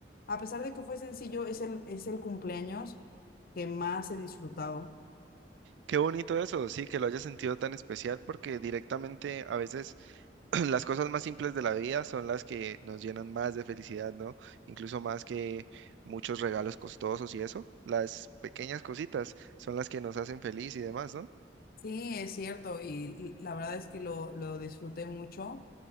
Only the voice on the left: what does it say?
a pesar de que fue sencillo, es el, es el cumpleaños que más he disfrutado.
Sí, es cierto, y, y la verdad es que lo, lo disfruté mucho.